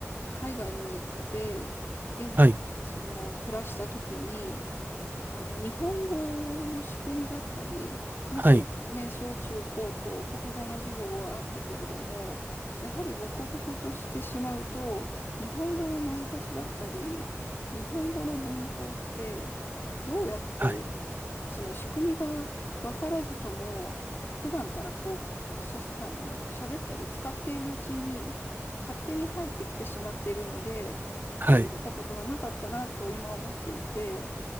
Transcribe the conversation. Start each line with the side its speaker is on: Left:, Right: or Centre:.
Left: 海外に行って、現地でその暮らした時に、
Right: はい。
Left: あの日本語の仕組みだったり、もちろんね、
Right: はい。
Left: 小中高と国語の授業はあったけれども、やはり母国語としてしまうと、日本語の成り立ちだったり、日本語の文法ってどうやって
Right: はい。
Left: その仕組みが分からずとも普段からこうしゃあの喋ったり使っているうちに勝手に入ってきてしまっているので考えたことがなかったなと今思っていて。
Right: はい。